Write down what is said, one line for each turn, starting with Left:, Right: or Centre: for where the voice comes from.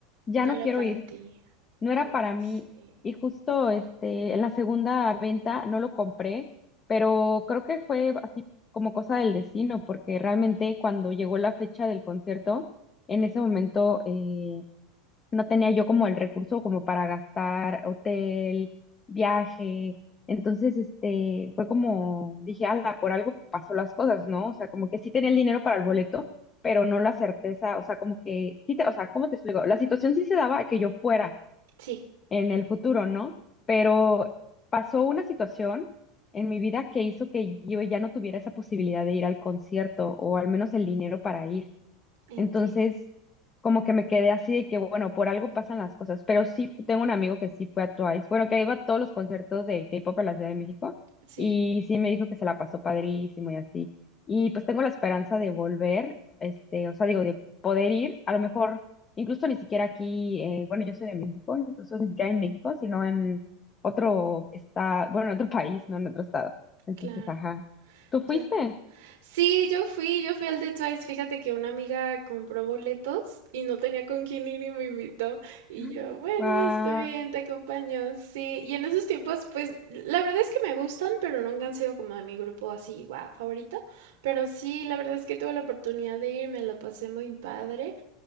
Left: ya
Right: no
Left: no
Right: era
Left: quiero
Right: para
Left: ir,
Right: ti.
Left: no era
Right: Oh,
Left: para mí.
Right: sí.
Left: Y justo este, en la segunda venta no lo compré, pero creo que fue así como cosa del destino, porque realmente cuando llegó la fecha del concierto, en ese momento eh, no tenía yo como el recurso como para gastar hotel, viaje. Entonces, este, fue como, dije, ala, por algo pasó las cosas, ¿no? O sea, como que sí tenía el dinero para el boleto, pero no la certeza, o sea, como que, sí te, o sea, ¿cómo te explico? La situación sí se daba a que yo fuera
Right: Sí,
Left: en el futuro, ¿no? Pero pasó una situación en mi vida que hizo que yo ya no tuviera esa posibilidad de ir al concierto, o al menos el dinero para ir.
Right: entiendo.
Left: Entonces, como que me quedé así de que, bueno, por algo pasan las cosas, pero sí fu- tengo un amigo que sí fue a Twice, bueno, que ha ido a todos los conciertos de K-pop en la Ciudad de México
Right: Sí,
Left: y sí me dijo que se la pasó padrísimo y así. Y pues tengo la esperanza de volver, este, o sea, digo, de poder ir, a lo mejor incluso ni siquiera aquí, eh, bueno, yo soy de México, incluso ni siquiera en México, sino en otro estado, bueno, en otro <laughs> país, no en otro estado. Entonces,
Right: claro.
Left: ajá. ¿Tú fuiste?
Right: claro. Sí, yo fui, yo fui al de Twice. Fíjate que una amiga compró boletos y no tenía con quién ir y me invitó. Y
Left: <gasps>
Right: yo, bueno,
Left: Wow,
Right: estoy bien, te acompaño. Sí, y en esos tiempos, pues, la verdad es que me gustan, pero nunca han sido como de mi grupo así, wow, favorito. Pero sí, la verdad es que tuve la oportunidad de ir, me la pasé muy padre.